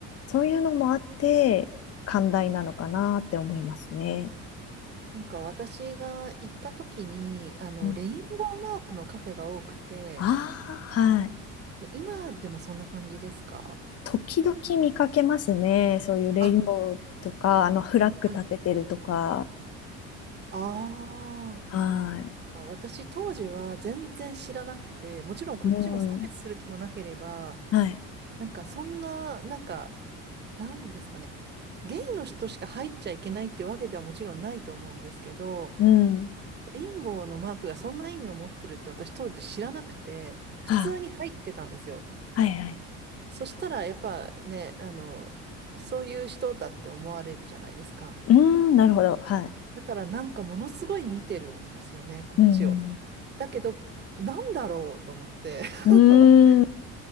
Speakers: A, on the left; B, on the right.
A: そういうのもあって寛大なのかなって思いますね。
B: なんか私が行った時に、あの、
A: うん、
B: レインボーマークのカフェが多くて、
A: ああ、はい。
B: え今でもそんな感じですか
A: 時々見かけますね。そういうレインボーとか、
B: あ、
A: あのフラッグ立ててるとか。
B: はい。あー
A: はい。
B: あ。私当時は全然知らなくて、もちろんこっちも差別する気もなければ、
A: うん。はい。
B: なんかそんな、なんかなんですかね。ゲイの人しか入っちゃいけないってわけではもちろんないと思うんですけど、
A: うん。
B: レインボーのマークがそんな意味を持ってるって私当時知らなくて、普通に入ってたんですよ。
A: はあ、はいはい。
B: そしたらやっぱね、あの、そういう人だって思われるじゃないですか。
A: うーん、なるほど。はい。
B: だからなんかものすごい見てるんですよね、こっちを。
A: うん
B: だけど、なんだろうと思って。<laughs>
A: うん。うーん。